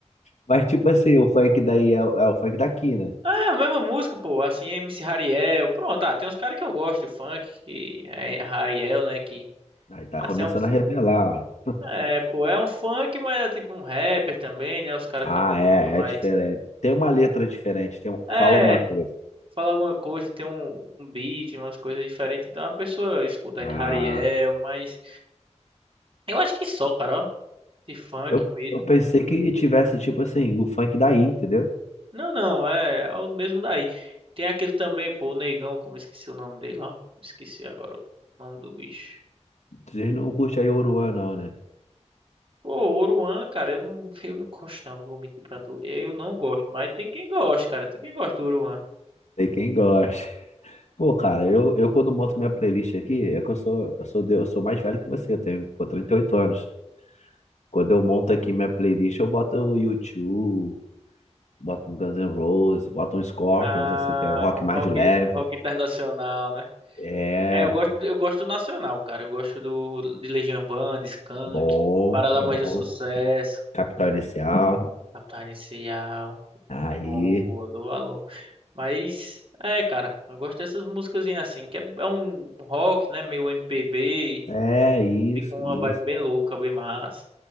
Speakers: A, on the left; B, on the right.
A: Mas tipo assim, o funk daí é, o é o funk daqui, né?
B: Ah, a mesma música, pô. Assim, MC Hariel. Pronto, ah, tem uns caras que eu gosto, funk, que é Hariel, né? Que
A: Aí tá
B: assim,
A: começando
B: é um.
A: a revelar, ó.
B: É, pô, é um funk, mas é tipo um rapper também, né? Os caras
A: Ah,
B: cantam
A: é,
B: música mais.
A: é diferente. Tem uma letra diferente, tem um-
B: É,
A: fala alguma coisa.
B: fala alguma coisa, tem um, um beat, umas coisas diferentes. Então a pessoa escuta
A: Ah,
B: ainda Hariel, mas. Eu acho que só, cara, ó. De funk
A: eu,
B: mesmo.
A: eu pensei que tivesse, tipo assim, o funk daí, entendeu?
B: Não, não, é, é o mesmo daí. Tem aquele também, pô, o Negão, como eu esqueci o nome dele, ó. Esqueci agora o nome do bicho.
A: Vocês não curtem aí Oruan, não, né?
B: Pô, Oruan, cara, eu não, <laughs> eu não gosto, não, não vou mentir pra tu. Eu não gosto, mas tem quem gosta, cara. Tem quem gosta do Oruan.
A: Tem quem gosta. <laughs> Pô, cara, eu, eu quando monto minha playlist aqui, é que eu sou, eu sou, de- eu sou mais velho que você, eu tenho, pô, 38 anos. Quando eu monto aqui minha playlist, eu boto o YouTube, bota um Guns N' Roses, bota um Scorpions,
B: Ah,
A: assim, que é o rock
B: o
A: mais
B: rock,
A: de leve.
B: rock internacional, né?
A: É,
B: É, eu gosto, eu gosto do nacional, cara. Eu gosto do, de Legião Urbana, Skank,
A: bom,
B: Paralamas
A: bom.
B: do Sucesso,
A: Capital Inicial.
B: Capital Inicial.
A: Aí,
B: É bom, eu dou valor. Mas, é, cara, eu gosto dessas músicas assim, que é, é um rock, né? Meio MPB,
A: é isso,
B: e fica uma
A: isso.
B: vibe bem louca, bem massa.